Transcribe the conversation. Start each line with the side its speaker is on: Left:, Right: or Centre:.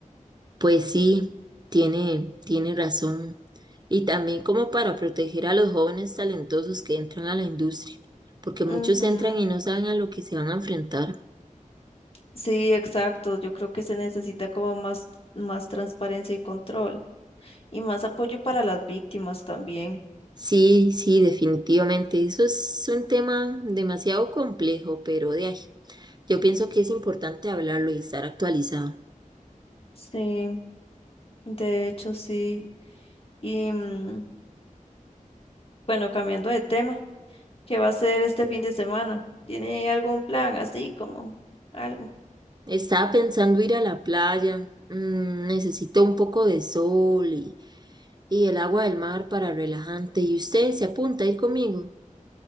Right: Pues sí, tiene, tiene razón. Y también como para proteger a los jóvenes talentosos que entran a la industria, porque muchos
Left: Ujú.
Right: entran y no saben a lo que se van a enfrentar.
Left: Sí, exacto. Yo creo que se necesita como más, más transparencia y control y más apoyo para las víctimas también.
Right: Sí, sí, definitivamente. Eso es un tema demasiado complejo, pero de ahí. Yo pienso que es importante hablarlo y estar actualizado.
Left: Sí, de hecho sí. Y mm, bueno, cambiando de tema. ¿Qué va a hacer este fin de semana? ¿Tiene algún plan así como algo?
Right: Estaba pensando ir a la playa. mm, necesito un poco de sol y, y el agua del mar para relajante. ¿Y usted se apunta a ir conmigo?